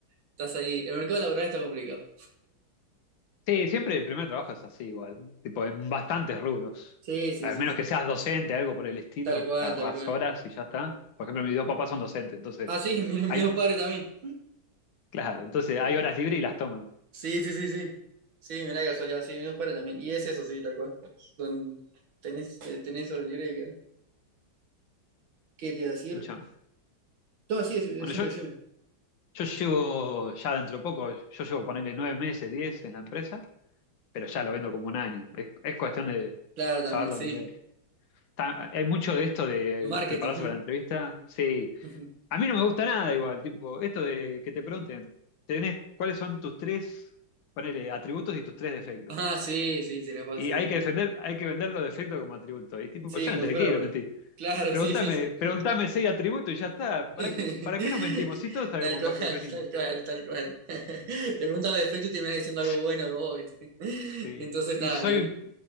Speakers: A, on the right (about 80°); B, on the left (about 75°).
A: estás ahí. El mercado laboral está complicado.
B: Sí, siempre el primer trabajo es así igual, tipo, en bastantes rubros.
A: Sí, sí,
B: Al
A: sí,
B: menos
A: sí.
B: que seas docente, algo por el estilo,
A: Tal cual,
B: que agarrás
A: tal cual.
B: horas y ya está. Por ejemplo, mis dos papás son docentes, entonces
A: Ah, sí, <laughs> mi, mis
B: hay,
A: dos padres también.
B: claro, entonces hay horas libres y las toman.
A: Sí, sí, sí, sí. Sí, mirá qué casualidad, sí, mis dos padres también. Y es eso, sí, tal cual. Don, tenés, te- tenés hora libre y que- ¿Qué te iba a decir?
B: Escuchame.
A: No, sí, decime, decime,
B: Bueno, yo,
A: decime.
B: yo llevo ya dentro de poco, yo llevo ponerle nueve meses, diez en la empresa, pero ya lo vendo como un año. Es, es cuestión de
A: Claro, también,
B: saberlo
A: sí.
B: vender. ta- hay mucho de esto de
A: Marketing.
B: prepararse para la entrevista. Sí,
A: <laughs>
B: a mí no me gusta nada igual, tipo, esto de que te pregunten, tenés, ¿cuáles son tus tres, ponele, atributos y tus tres defectos?
A: Ah, sí, sí, se la pasa,
B: Y
A: sí,
B: hay
A: sí.
B: que defender, hay que vender los defectos como atributos. Y tipo,
A: Sí,
B: yo
A: como
B: no te
A: si fuera
B: quiero
A: bueno.
B: mentir.
A: Claro,
B: Preguntame,
A: sí, sí, sí.
B: preguntame seis atributos y ya está.
A: <laughs>
B: ¿Para qué, para qué nos mentimos? Si todos sabemos
A: Tal cual,
B: para qué venimos.
A: tal cual, tal cual. <laughs> Te preguntan los defectos y terminas diciendo
B: <laughs>
A: algo bueno de vos, ¿viste? <laughs>
B: Sí,
A: Entonces
B: y
A: está,
B: soy
A: medio-